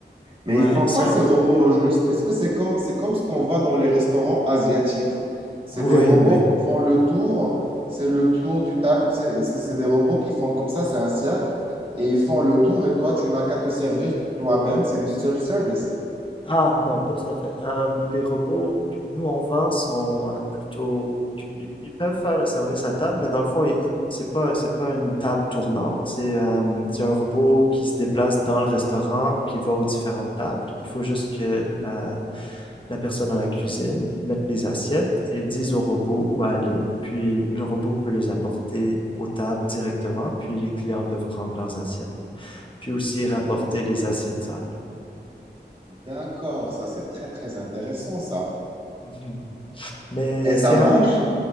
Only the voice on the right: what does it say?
Mais
ils font
quoi ces robots au juste? Est-ce que c'est comme, c'est comme ce qu'on voit dans les restaurants asiatiques? C'est
des robots
qui font le tour, c'est le tour du table, c'est c'est- c'est des robots qui font comme ça, c'est un cercle, et ils font le tour, et toi, tu n'as qu'à te servir toi-même, c'est du self-service.
Ok,
d'accord, ça c'est très très intéressant ça.
Et ça
marche?